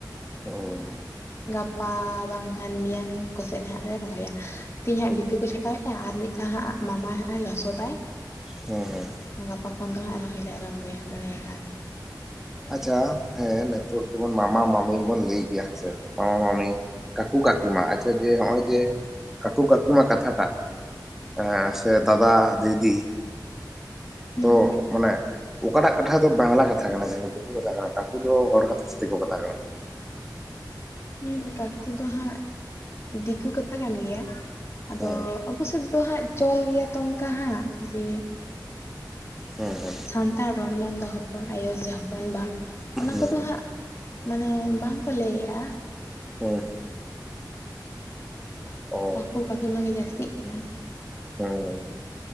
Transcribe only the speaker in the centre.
ᱚᱻ ᱾
ᱦᱮᱸ ᱻ
ᱟᱪᱷᱟ ᱦᱮᱸ ᱱᱤᱛᱚᱜ ᱡᱮᱢᱚᱱ ᱢᱟᱢᱟ ᱢᱟᱢᱤ ᱵᱚᱱ ᱞᱟᱹᱭ ᱜᱮᱭᱟ ᱦᱮᱸ ᱥᱮ ᱢᱟᱢᱟ ᱢᱟᱢᱤ᱾ ᱠᱟᱠᱩ ᱠᱟᱹᱠᱤᱢᱟ ᱟᱪᱷᱟ ᱡᱮ ᱱᱚᱜᱼᱚᱭ ᱡᱮ ᱠᱟᱠᱩ ᱠᱟᱹᱠᱤᱢᱟ ᱠᱟᱛᱷᱟᱴᱟᱜ ᱮ ᱥᱮ ᱫᱟᱫᱟ ᱫᱤᱫᱤ᱾
ᱚ ᱢᱟᱱᱮ ᱚᱠᱟᱴᱟᱜ ᱠᱟᱛᱷᱟ ᱫᱚ ᱵᱟᱝᱞᱟ ᱠᱟᱛᱷᱟ ᱠᱟᱱᱟ ᱡᱟᱭᱦᱩᱠ ᱾ ᱫᱤᱠᱩ ᱠᱟᱛᱷᱟ ᱠᱟᱱᱟ ᱠᱟᱠᱩ ᱫᱚ ᱦᱚᱲ ᱠᱟᱛᱷᱟ ᱥᱮ ᱫᱤᱠᱩ ᱠᱟᱛᱷᱟ ᱠᱟᱱᱟ?
ᱦᱩᱸ
ᱦᱩᱸ ᱦᱩᱸ ᱾
ᱦᱩᱸ
ᱦᱩᱸ
ᱦᱮᱸ ᱚ
ᱦᱮᱸ